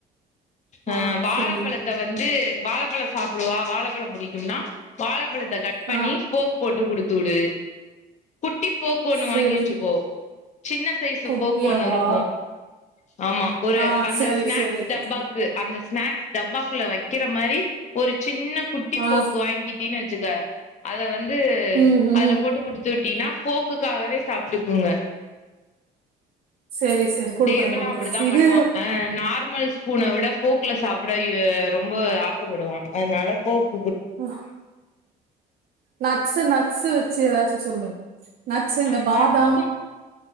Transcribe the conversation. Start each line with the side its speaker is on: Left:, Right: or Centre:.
Left: அஹ்
Right: ஆ
Left: வாழப்பழத்த
Right: சேரி
Left: வந்து வாழப்பழ சாப்டுவா வாழப்பழம் புடிக்கும்னா வாழப்பழத் அத கட் பண்ணி
Right: ஆ
Left: ஃபோர்க் போட்டு குடுத் த்து விடு ட்டி ஃபோர்க் ஒண்ணு
Right: செரி
Left: வாங்கி வச்சுக்கோ சின்ன சைஸ்
Right: குட்டியாவா
Left: போக்கு ஒன்னு இருக்கும் ஆமா ஒரு
Right: ஆ
Left: அந்த
Right: செரி
Left: ஸ்நாக்ஸ்
Right: செரி
Left: டப்பாக்கு அந்த ஸ்நாக்ஸ் டப்பாக்குள்ள வைக்கிற மாரி ஒரு சின்ன குட்டி
Right: ஆ
Left: ஃபோர்க்கு வாங்கிட் த்தினு வச்சுக்க அத வந் வந்து
Right: ம் ம்
Left: அதுல போட்டு குடுத்து விட்டியினா போக்குக்காகவே சாப்டுக்குங்க
Right: செரி செரி குடுக்குறே
Left: தேவ் எல்லா
Right: குடுக்குறே
Left: அப்பிடிதா
Right: இது
Left: பண்ணுவா அஹ் நார்மல் பூன விட ஃபோர்க்ல சாப்ட ஆ ரொம்ப ஆசப்படுவா அதனால ஃபோர்க்
Right: ஆ நட்ஸ் நட்ஸ் வச்சு ஏதாச்சு சொல்லு நட்ஸு இந்த
Left: ஆஹ்
Right: பாதாம்
Left: நட்ஸும்